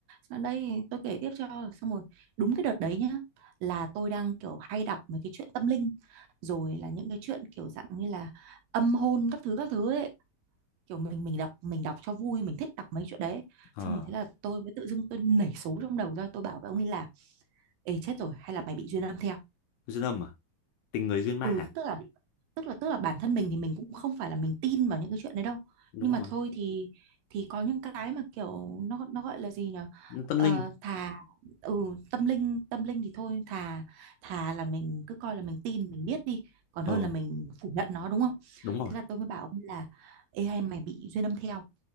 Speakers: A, on the right; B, on the left.
A: Sau đây tôi kể tiếp cho xong rồi đúng cái đợt đấy nhá là tôi đang kiểu hay đọc mấy cái chuyện tâm linh rồi là những cái chuyện kiểu dạng như là âm hôn các thứ các thứ ấy kiểu mình mình đọc mình đọc cho vui mình thích đọc mấy chuyện đấy
B: ờ
A: xong rồi thế là tôi mới tự dưng tôi nảy số trong đầu ra tôi bảo với ông ấy là ê chết rồi hay là mày bị duyên âm theo
B: duyên âm à tình người duyên ma
A: ừ
B: à?
A: tức là tức là tức là bản thân mình thì mình cũng không phải là mình tin vào những cái chuyện đấy đâu
B: đúng
A: nhưng
B: rồi
A: mà thôi thì thì có những cái mà kiểu nó nó gọi là gì nhở
B: Nhưng tâm
A: ờ,
B: linh
A: thà ừ tâm linh tâm linh thì thôi thà thà là mình cứ coi là mình tin mình biết đi còn
B: ờ
A: hơn là mình phủ nhận nó đúng không
B: đúng rồi
A: thế là tôi mới bảo ông là ê hay mày bị duyên âm theo